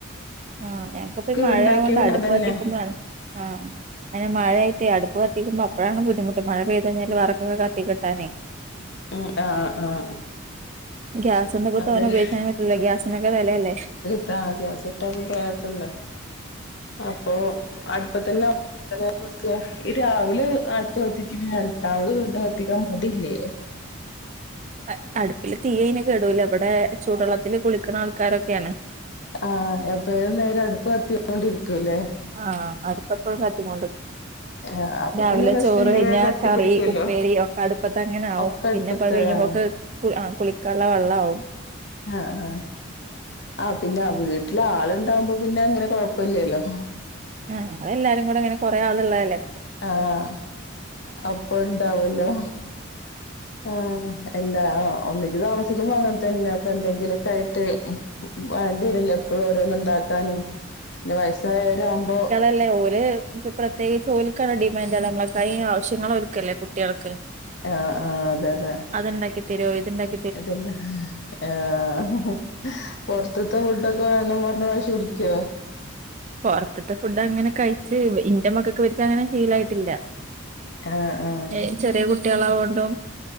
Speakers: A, on the right; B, on the left.
A: ആഹ് ഞങ്ങക്കിപ്പ ഈ മഴയാവോണ്ട്
B: ഉണ്ടാക്കിയ പിന്നെ
A: അടുപ്പ്
B: അതന്നെ
A: കത്തിക്കുമ്പാണ്. ആഹ് ങ്ങന മഴായിട്ടേ അടുപ്പ് കത്തിക്കുമ്പ അപ്പഴാണ് ബുദ്ധിമുട്ട് മഴ പെയ്ത് കഴ്ഞ്ഞാൽ വെറകൊക്കെ കത്തി കിട്ടാനേ
B: ഉം ആഹ് ആഹ്
A: ഗ്യാസ്മ്മപ്പോ
B: അതന്നെ
A: തോന ഉപയോഗിക്കാൻ പറ്റൂല ഗ്യാസിനൊക്കെ വെലയല്ലേ.
B: ട്ടാ ഗ്യാസ് കിട്ടാൻപ്പ പ്രയാസല്ലേ അപ്പൊ അടുപ്പത്തെന്ന <unintelligible> ഈ രാവിലെ അടുപ്പ്‌ കത്തിച്ച് പിന്നെ രണ്ടാമത് വീണ്ടും കത്തിക്കാൻ മടില്ലേ?
A: അ അടുപ്പില് തീ അയ്ന് കെടൂല ബടെ ചൂടള്ളത്തിൽ കുളിക്കണ ആൾക്കാരൊക്കെയാണ്.
B: ആഹ് അപ്പേത് നേരോ അടുപ്പ് കത്തിക്കൊണ്ടിരിക്കുല്ലേ?
A: ആഹ് അടുപ്പെപ്പഴും കത്തി കൊണ്ട്
B: ആഹ് അപ്പൊ
A: രാവിലെ
B: പിന്നെ പ്രശ്നല്ല
A: ചോറ് കഴിഞ്ഞാ
B: വേഗം കത്തി
A: കറി,
B: പിടിക്കുവല്ലോ
A: ഉപ്പേരി ഒക്കെ അടുപ്പത്തങ്ങനെ ആവും.
B: ഒക്കെ
A: പിന്നെപ്പ
B: അടുപ്പത്ത്
A: അത് കഴിയുമ്പോക്ക്‌
B: ആഹ്
A: കു അ കുളിക്കാൻള്ള വെള്ളാവും.
B: ആഹ് ആഹ് ആഹ് പിന്നെ വീട്ടിലാള്ണ്ടാവുമ്പോ പിന്നെ അങ്ങനെ കൊഴപ്പല്ല്യല്ലോ.
A: ആഹ് ഞങ്ങളെല്ലാരും കൂടെ ഇങ്ങനെ കൊറെ ആള് ളളതല്ലേ
B: ആഹ് അപ്പൊണ്ടാവല്ലോ ആഹ് എല്ലാ ഒന്നിച്ച് താമസിക്കുമ്പോ അങ്ങൻ തന്നാ അപ്പന്തെങ്കിലൊക്കായിട്ട് വേണ്ടീരില്ലെ എപ്പളും ഓരോന്നു ണ്ടാക്കാനും പിന്നെ വയസ്സായവരാവുമ്പോ
A: അല്ലേ ഓല് ഇപ്പ പ്രത്യേകിച്ച് ഓല്ക്കാണ് ഡിമാൻഡ് നമ്മളെ കായി ആവശ്യങ്ങളോൽക്കല്ലേ കുട്ടികൾക്ക്.
B: ആഹ് ആഹ് അതെ അതെ.
A: അത്ണ്ടാക്കി തെരോ ഇത്ണ്ടാക്
B: ഇതെല്ലാം ആഹഹ പൊർത്ത്ത്തെ ഫുഡൊക്കെ വേണം പർഞ് വാശി പിടിക്കോ?
A: പൊറത്തത്തെ ഫുഡ്ഡങ്ങനെ കഴിച്ച് ഇന്റെ മക്കക്ക് വരിക്ക ങ്ങനെ ശീലായിട്ടില്ല.
B: ആഹ് ആഹ്.
A: ഏഹ് ചെറിയ കുട്ട്യളാവൊണ്ടും